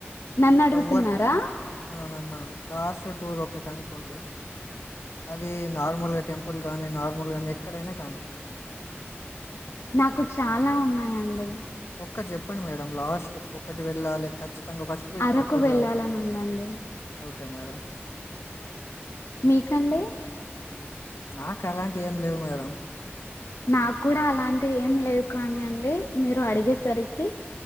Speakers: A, on the left; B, on the left.
A: నన్ను అడుగుతున్నారా
B: ఎవరితో ఆ మిమ్మల్ని లాస్ట్ టూర్ ఒకటి అనుకోండి అది నార్మల్గా టెంపుల్ గానీ నార్మల్ గాని ఎక్కడైనా కానీ
A: నాకు చాలా ఉన్నాయండి
B: ఒక్కటి చెప్పండి మేడం లాస్ట్ ఒకటి వెళ్ళాలి ఖచ్చ తంగా ఫస్ట్ ఇక్కడికి
A: అరకు
B: వెళ్ళాలి
A: వెళ్ళాలని ఉందండి
B: ఓకే మేడం
A: మీకండి
B: నాకు అలాంటివి ఏం లేవ్ మేడం
A: నాకు గుడా అలాంటి ఏం లేవు కాని అండి, మీరు అడిగేసరికి